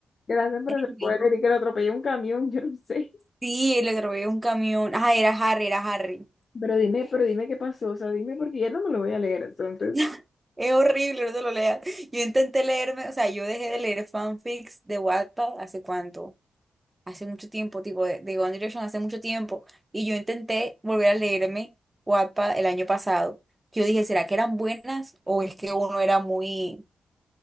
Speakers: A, on the left (about 50°); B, on the right (about 15°).
A: gracias por
B: Henry.
A: el spoiler y que lo atropelló un camión, <laughs> yo no sé.
B: Sí, el atropelló un camión. Ah, era Harry, era Harry.
A: Pero dime, pero dime qué pasó, o sea, dime porque ya no me lo voy a leer, entonces.
B: <laughs> Es horrible, no te lo leas. Yo intenté leerme, o sea, yo dejé de leer fanfics de Wattpad hace cuánto, hace mucho tiempo, tipo de, de One Direction hace mucho tiempo, y yo intenté volver a leerme Wattpad el año pasado. Yo dije, ¿será que eran buenas o es que uno era muy,